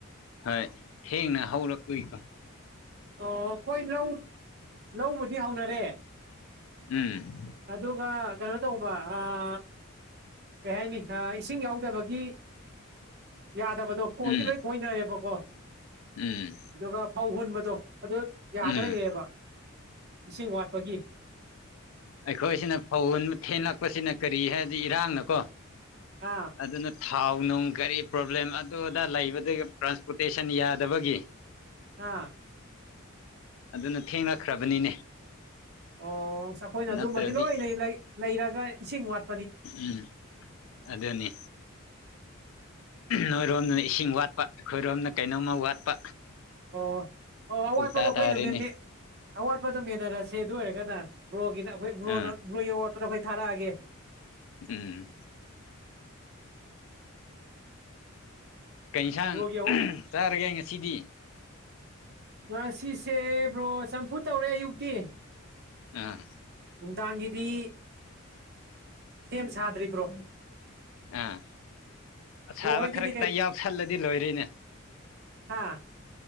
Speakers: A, on the left; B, on the right.
A: ꯍꯣꯏ ꯊꯦꯡꯅ ꯍꯧꯔꯛꯄꯩꯀꯣ
B: ꯑꯣ ꯍꯣꯏ ꯂꯧ ꯂꯧꯕꯨꯗꯤ ꯍꯧꯅꯔꯦ
A: ꯎꯝ
B: ꯑꯗꯨꯒ ꯀꯩꯅꯣ ꯇꯧꯕ ꯑꯥ ꯀꯩ ꯍꯥꯏꯅꯤ ꯏꯁꯤꯡ ꯌꯥꯎꯗꯕꯒꯤ ꯌꯥꯗꯕꯗꯣ ꯈꫭꯏꯗꯤ
A: ꯎꯝ
B: ꯂꯣꯏ ꯈꫭꯏꯅꯏꯔꯦꯕꯀꯣ
A: ꯎꯝ
B: ꯑꯗꯨꯒ ꯐꯧ ꯍꯨꯟꯕꯗꯣ ꯑꯗꯨ ꯌꯥꯗ
A: ꯎꯝ
B: ꯂꯩꯔꯕ ꯏꯁꯤꯡ ꯋꯥꯠꯄꯒꯤ
A: ꯑꯩꯈꯣꯏꯁꯤꯅ ꯐꯧ ꯊꯦꯡꯂꯛꯄꯁꯤꯅ ꯀꯔꯤ ꯍꯥꯏꯗꯤ ꯏꯔꯥꯡꯅꯀꯣ
B: ꯑꯥ
A: ꯑꯗꯨꯅ ꯊꯥꯎ ꯅꯨꯡ ꯀꯔꯤ ꯄ꯭ꯔꯣꯕ꯭ꯂꯦꯝ ꯑꯗꯨ ꯑꯗꯥ ꯂꯩꯕꯗꯨ ꯇ꯭ꯔꯥꯟꯁꯄꯣꯔꯇꯦꯁꯟ ꯌꯥꯗꯕꯒꯤ <inaudible>
B: ꯑꯥ
A: ꯑꯗꯨꯅ ꯊꯦꯡꯅꯈ꯭ꯔꯕꯅꯤꯅꯦ
B: ꯑꯣ ꯑꯁ ꯑꯩꯈꯣꯏꯅ
A: ꯅꯠꯇ꯭ꯔꯗꯤ
B: ꯑꯗꯨꯝꯕꯗꯤ ꯂꯣꯏꯅ ꯂꯩꯔꯒ ꯏꯁꯤꯡ ꯋꯥꯠ
A: ꯎꯝ ꯑꯗꯨꯅꯤ ꯅꯣꯏꯔꯣꯝꯗꯅ ꯏꯁꯤꯡ ꯋꯥꯠꯄ ꯑꯩꯈꯣꯏꯔꯣꯝꯅ ꯀꯩꯅꯣꯝꯃ ꯋꯥꯠꯄ
B: ꯑꯣ ꯑꯣ ꯑꯋꯥꯠꯄꯗꯣ
A: ꯎꯜꯇꯥ
B: ꯑꯩꯈꯣꯏꯅ
A: ꯇꯥꯔꯦꯅꯦ
B: <unintelligible> ꯑꯋꯥꯠꯄꯗꯣ ꯃꯦꯟꯅꯔꯁꯦ ꯑꯗꯨ ꯑꯣꯏꯔꯒꯅ ꯕ꯭ꯔꯣꯒꯤꯅ ꯑꯩꯈꯣꯏ ꯕ꯭ꯔꯣꯅ
A: ꯑꯥ
B: ꯕ꯭ꯔꯣꯒꯤ ꯑꯋꯥꯠꯄꯗꯣ ꯑꯩꯈꯣꯏ ꯊꯥꯔꯛꯑꯒꯦ
A: ꯎꯝ ꯀꯩ ꯏꯟꯁꯥꯡ
B: ꯕ꯭ꯔꯣꯒꯤ
A: ꯆꯥꯔꯒꯦ ꯉꯁꯤꯗꯤ
B: ꯉꯁꯤꯁꯦ ꯕ꯭ꯔꯣ ꯆꯝꯐꯨꯠ ꯇꯧꯔꯦ ꯑꯌꯨꯛꯇꯤ
A: ꯑꯝ
B: ꯅꯨꯡꯗꯥꯡꯒꯤꯗꯤ ꯁꯦꯝ ꯁꯥꯗ꯭ꯔꯤ ꯕ꯭ꯔꯣ
A: ꯑꯥ ꯑꯁꯥꯕ
B: ꯕ꯭ꯔꯣ ꯍꯣꯏꯒꯤꯗꯤ
A: ꯈꯔ ꯈꯤꯇꯪ
B: ꯀꯩ
A: ꯌꯥꯁꯜꯂꯗꯤ ꯂꯣꯏꯔꯤꯅꯦ
B: ꯍꯥꯥ